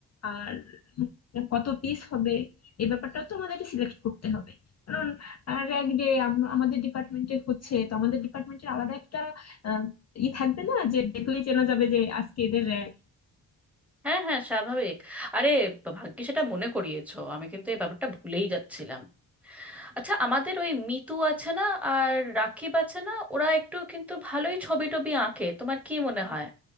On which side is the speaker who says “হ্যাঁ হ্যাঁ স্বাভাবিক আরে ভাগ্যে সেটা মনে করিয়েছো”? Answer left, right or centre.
Centre